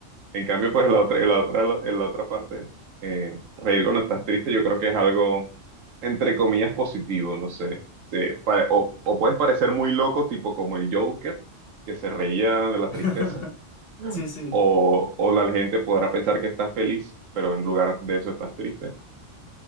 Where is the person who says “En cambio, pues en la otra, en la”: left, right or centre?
Right